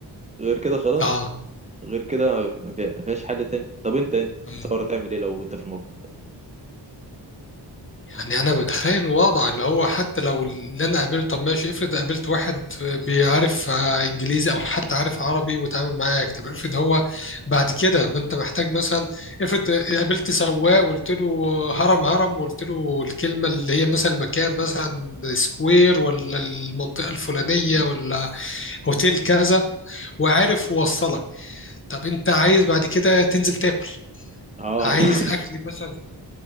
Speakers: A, on the right; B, on the left.
A: غير كده خلاص
B: اه
A: غير كده ما في- ما فيهاش حل تاني طب أنت أنت
B: أمم.
A: تصور تعمل إيه لو أنت في الموقف ده؟
B: يعني انا بتخيل الوضع اللي هو حتى لو اللي انا قابلته طب ماشي افرض قابلت واحد بيعرف آه، انجليزي او حتى عارف عربي وتعامل معاك طب افرض هو بعد كده ما انت محتاج مثلا افرض قابلت سواق وقلت له هرم هرم وقلت له الكلمه اللي هي مثلا المكان مثلا سكوير ولا المنطقه الفلانيه
A: مم.
B: ولا هوتيل كذا وعارف يوصلك طب انت عايز بعد كده تنزل تاكل
A: أه
B: عايز اكل
A: <laughs>
B: مثلا